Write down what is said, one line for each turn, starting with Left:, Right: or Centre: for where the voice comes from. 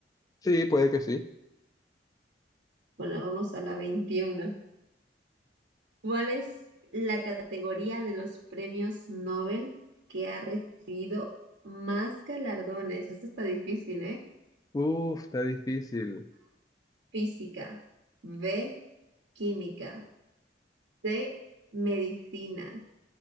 Left: Sí, puede que sí.
Right: Bueno, vamos a la 21. ¿Cuál es la categoría de los premios Nobel que ha recibido más galardones? Esto está difícil, ¿eh?
Left: Uf, está difícil.
Right: física, B, química, C, medicina,